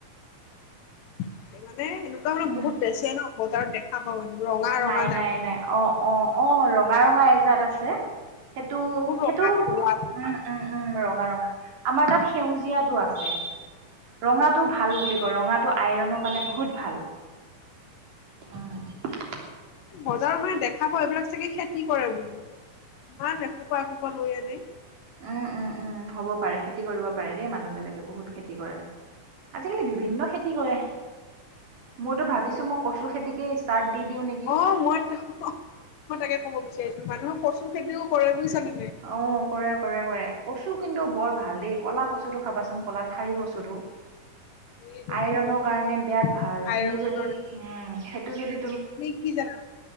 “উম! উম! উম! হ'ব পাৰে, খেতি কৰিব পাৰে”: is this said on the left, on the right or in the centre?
Right